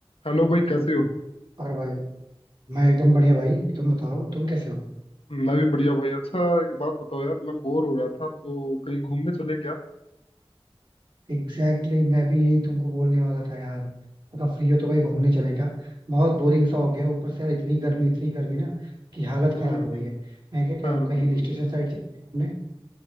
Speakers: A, on the left; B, on the right.
A: Hello भाई कैसे हो
B: और भाई मैं एकदम बढ़िया भाई तुम बताओ तुम कैसे हो
A: मैं भी बढ़िया भाई अच्छा एक बात बताओ यार मैं बोर हो रहा था तो कहीं घूमने चले क्या
B: एग्जैक्टली exactly, मैं भी यही तुमको बोलने वाला था यार अगर फ्री हो तो कहीं घूमने चले क्या बहुत बोरिंग सा हो गया ऊपर से यार इतनी गर्मी इतनी गर्मी ना कि हालत
A: हम्म
B: खराब
A: हम्म हम्म।
B: हो गई है मैं क्या कह
A: हाँ
B: रहा
A: यार
B: हूँ कहीं
A: बिल्कुल
B: हिल स्टेशन साइड चले क्या घूमने